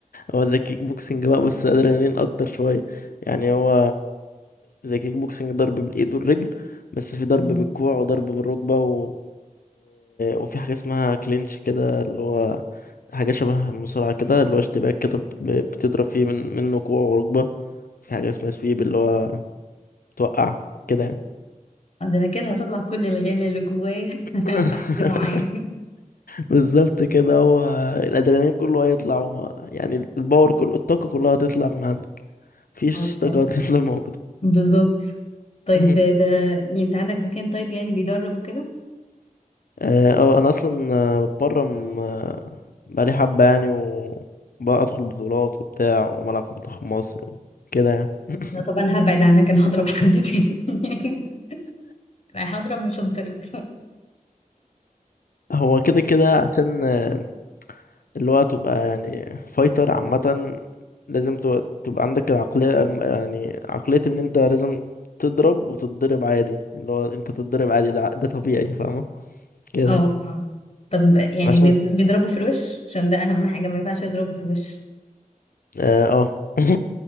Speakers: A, on the left (about 80°); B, on the left (about 45°).
A: هو زي كيك بوكسنج بقى بس أدرينالين أكتر شوية يعني هو زي كيك بوكسنج ضرب بالإيد والرجل بس في ضرب
B: <laughs>
A: بالكوع وضرب بالركبة و... وفي حاجة اسمها كلينش كده اللي هو حاجة شبه المصارعة كده اللي هو اشتباك كده ب- بتضرب فيه من منه كوع وركبة في حاجة اسمها سويب اللي هو توقع كده يعني
B: ده انا كده هطلع كل الغل اللي جوايا <laughs>
A: <laughs>
B: في حد معين
A: بالظبط كده هو الأدرينالين كله هيطلع وما يعني الباور كله الطاقة كلها هتطلع من عندك مفيش
B: اه ده
A: طاقة
B: حلو.
A: هتفضل موجودة
B: بالظبط طيب
A: <laughs>
B: ده يعني انت عندك مكان طيب يعني بيدرب وكده
A: اه آه، أنا أصلا آه، بتمرن آه، بقالي حبة يعني وبقى أدخل بطولات وبتاع وملعب في منتخب مصر وكده يعني <laughs>
B: لا طب انا هبعد عنك انا هضرب حد تاني <laughs> رايح اضرب مش هضرب
A: هو كده كده عشان آه، اللي هو تبقى يعني فايتر عامة لازم تبقى, تبقى عندك العقلية الم- يعني عقلية ان انت لازم تضرب وتتضرب عادي اللي هو انت تتضرب عادي ده ده طبيعي فاهمة كده
B: اه
A: يعني.
B: آه. طب يعني
A: عشان
B: بيض- بيضربوا في الوش عشان ده اهم حاجة ما ينفعش يضربوا في الوش
A: اه آه. <laughs>